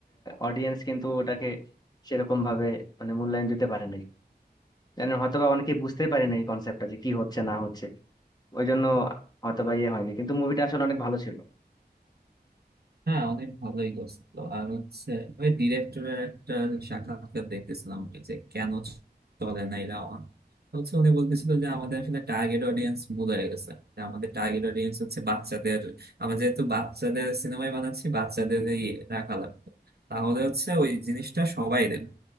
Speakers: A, on the left; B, on the right.
A: অডিয়েন্স কিন্তু ওটাকে সেরকম ভাবে মানে মূল্যায়ন দিতে পারে নাই জানেন হয়তোবা অনেকে বুঝতে পারে না এই কনসেপ্টটা যে কি হচ্ছে না হচ্ছে ওই জন্য হয়তোবা ইয়ে হয়নি কিন্তু মুভিটা আসলে অনেক ভালো ছিল
B: হ্যাঁ অনেক ভালোই করছিল আর হচ্ছে ওই ডিরেক্টরের একটা সাক্ষাৎকার দেখতেছিলাম আমি যে কেন চলে না এরা on? তো হচ্ছে উনি বলতেছিল যে আমাদের আসলে টার্গেট অডিয়েন্স ভুল হয়ে গেছে যে আমাদের টার্গেট অডিয়েন্স হচ্ছে বাচ্চাদের আমরা যেহেতু বাচ্চাদের সিনেমায় বানাচ্ছি বাচ্চাদেরই রাখা লাগতো তাহলে হচ্ছে ওই জিনিসটা সবাই দেখবে